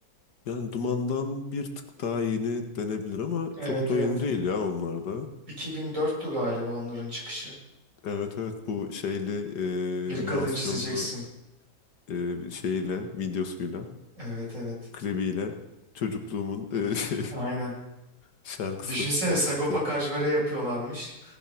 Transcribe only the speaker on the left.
yani Duman'dan bir tık daha yeni denebilir ama
çok da
yeni değil ya onlar da.
Evet evet bu şeyli
e,
animasyonlu
e, şeyiyle videosuyla
klibiyle çocukluğumun e, <laughs> şey,
şarkısı
gerçekten.